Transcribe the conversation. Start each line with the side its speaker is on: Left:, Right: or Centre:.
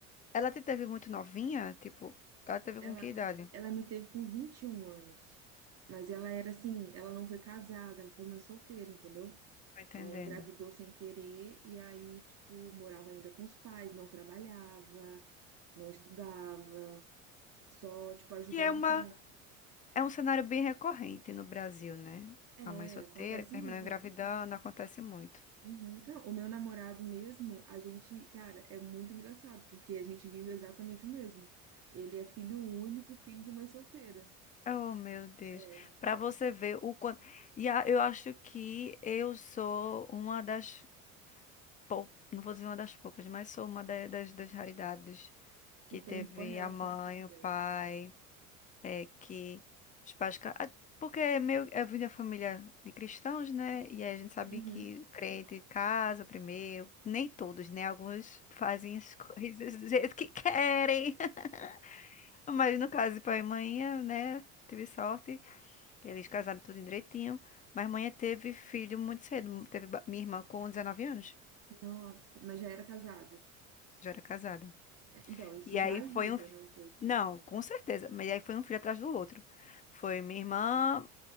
Left: Ela te teve muito novinha? Tipo, ela teve
Right: Ela,
Left: com que idade?
Right: ela me teve com 21 anos. Mas ela era assim, ela não foi casada, ela foi mãe solteira, entendeu?
Left: Tô entendendo.
Right: Ela engravidou sem querer e aí, tipo, morava ainda com os pais, não trabalhava, não estudava, só, tipo, ajudava
Left: Que é uma,
Right: com.
Left: é um cenário bem recorrente no Brasil, né?
Right: É,
Left: A mãe solteira
Right: acontece
Left: que terminou
Right: muito.
Left: engravidando, acontece muito.
Right: Uhum. Não, o meu namorado mesmo, a gente, cara, é muito engraçado, porque a gente vive exatamente o mesmo. Ele é filho único, filho de mãe solteira.
Left: Oh, meu Deus.
Right: É,
Left: Para você ver o quanto. E a- eu acho que eu sou uma das poucas, não vou dizer uma das poucas, mas sou uma da- das, das raridades que
Right: e tem
Left: teve
Right: boa relação
Left: a mãe,
Right: com a mãe.
Left: o pai, é que os pais. ca- ah, Porque é meio, eu vim da família de cristãos, né? E aí a gente sabe
Right: Uhum.
Left: que crente casa primeiro. Nem todos, né? Alguns fazem as <laughs> coisas do jeito que querem. <laughs> Mas no caso de pai e mãe, né? Tive sorte. Eles casaram tudo direitinho, mas mãe teve filho muito cedo. Teve ba- minha irmã com 19 anos,
Right: Nossa, mas já era casada.
Left: já era casada.
Right: É, Então, isso
Left: E
Right: já
Left: aí
Right: ajuda,
Left: foi um.
Right: né, um pouco.
Left: Não, com certeza, mas aí foi um filho atrás do outro. Foi minha irmã,